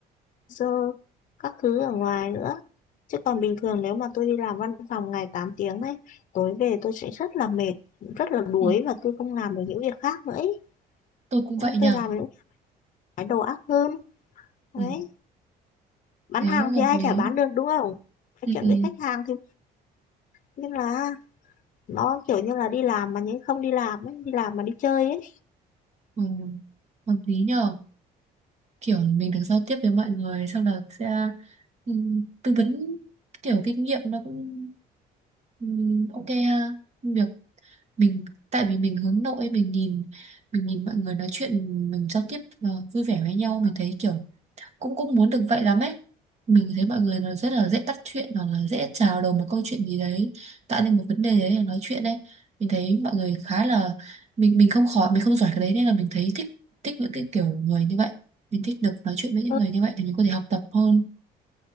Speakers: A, on the left; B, on the right.
A: dơ các thứ ở ngoài nữa chứ còn bình thường nếu mà tôi đi làm văn phòng ngày 8 tiếng ấy tối về tôi sẽ rất là mệt rất là đuối
B: ừ,
A: và tôi không làm được những việc khác nữa ấy.
B: tôi cũng
A: Nên
B: vậy nhờ
A: tôi làm những cái đầu óc hơn đấy
B: ừ,
A: bán
B: thế
A: hàng
B: cũng hợp
A: thì ai
B: lý
A: chả bán được đúng không nói
B: ừ,
A: chuyện
B: ừ,
A: với khách hàng thì nhưng là nó kiểu như là đi làm mà nhưng không đi làm ấy đi làm mà đi chơi ấy
B: ừ, hợp lý nhờ kiểu mình được giao tiếp với mọi người sau đó sẽ ừ, tư vấn kiểu kinh nghiệm nó cũng ừ, ok ha việc mình tại vì mình hướng nội mình nhìn mình nhìn mọi người nói chuyện mình giao tiếp ờ, vui vẻ với nhau mình thấy kiểu cũng cũng muốn được vậy lắm ấy mình thấy mọi người nó rất là dễ bắt chuyện hoặc là dễ chào đầu một câu chuyện gì đấy tạo nên một vấn đề đấy là nói chuyện đấy mình thấy mọi người khá là mình mình không khỏi mình không giỏi cái đấy nên là mình thấy thích thích những cái kiểu người như vậy mình thích được nói chuyện với những
A: Ừ.
B: người như vậy thì mình có thể học tập hơn